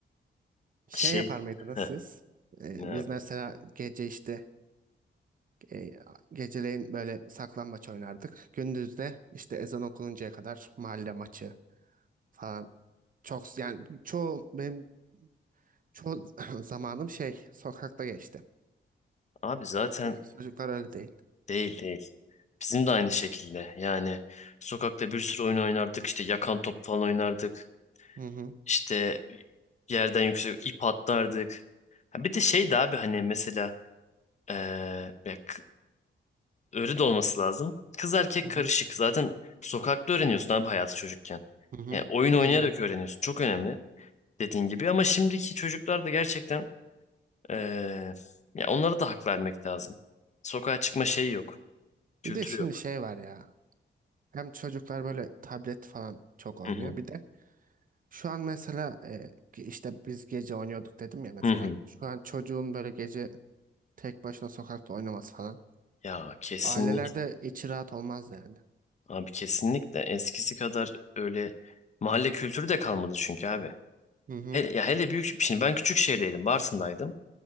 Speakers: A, on the right; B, on the left.
A: Şey
B: Şey,
A: yapar mıydınız
B: Heh,
A: siz? Ee,
B: ne abi?
A: biz mesela gece işte e, geceleyin böyle saklambaç oynardık. Gündüz de işte ezan okununcaya kadar mahalle maçı falan. Çok yani çoğu benim çoğu <laughs> zamanım şey sokakta geçti.
B: Abi zaten
A: Şimdiki Çocuklar öyle değil.
B: değil değil. Bizim de aynı şekilde. Yani sokakta bir sürü oyun oynardık. İşte yakan top falan oynardık.
A: Hı hı.
B: İşte yerden yüksek ip atlardık. Ha, bir de şeydi abi hani mesela eee, ya k- öyle de olması lazım. Kız erkek
A: Hı hı.
B: karışık. Zaten sokakta öğreniyorsun abi hayatı çocukken.
A: Hı hı.
B: Yani oyun
A: Aynen.
B: oynayarak öğreniyorsun. Çok önemli dediğin gibi. Ama şimdiki çocuklar da gerçekten Ee, ya onlara da hak vermek lazım. Sokağa çıkma şeyi yok. Kültürü
A: Bir de şimdi
B: yok.
A: şey var ya. Hem çocuklar böyle tablet falan çok oynuyor.
B: Hı hı.
A: Bir de şu an mesela e, ki işte biz gece oynuyorduk dedim ya mesela.
B: Hı hı.
A: Şu an çocuğun böyle gece tek başına sokakta oynaması falan.
B: Ya kesinlikle.
A: Ailelerde içi rahat olmaz yani.
B: Abi kesinlikle. Eskisi kadar öyle mahalle kültürü de kalmadı çünkü abi.
A: Hı hı
B: Hele, ya hele büyük şimdi ben küçük şehirdeydim. Bartın'daydım.